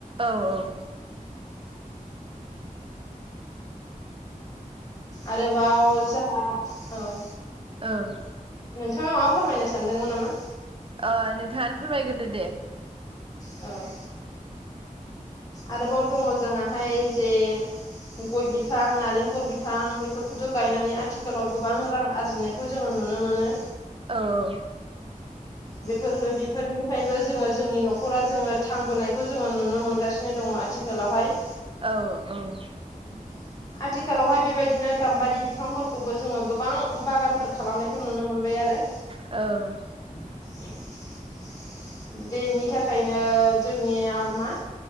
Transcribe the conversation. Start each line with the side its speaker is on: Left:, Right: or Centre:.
Right: औ औ
Left: आरोबाव जा औ
Right: औ
Left: नोंथाङा माबा फोरमायनो सानदोंमोन नामा।
Right: ओ नोंथाङानो फोरमायग्रोदो दे
Left: औ आरोबाव दङ जोंहाहाय जे गय बिफां नालेंखर बिफां बेफोरखौथ' गायनानै आथिखालाव गोबां रां आरजिनायखौ जोंङो नुनो मोनो।
Right: औ औ
Left: बेफोर बेफोरनिफ्रायनोबो जोंङो जोंनि न'खरा जोंङो थांबोनायखौ जोंङो नुनो मोनगासिनो दङ आथि ओनसोलावहाय
Right: औ औ
Left: <inaudible> आथिखालावहाय बेबायदिनो गाम्बारि बिफांफोरखौबो जोंङो गोबां बागानफोर खालामनायखौ नुनो मोनबाय आरो।
Right: औ
Left: <inaudible> बेनि थाखायनो जोंनिया मा